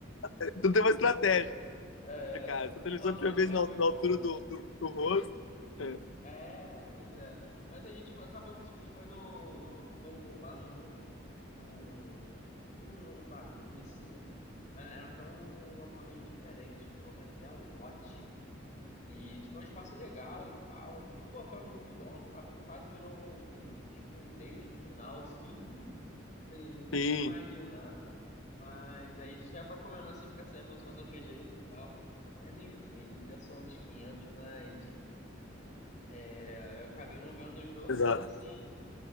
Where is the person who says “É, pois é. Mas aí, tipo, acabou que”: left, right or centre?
Left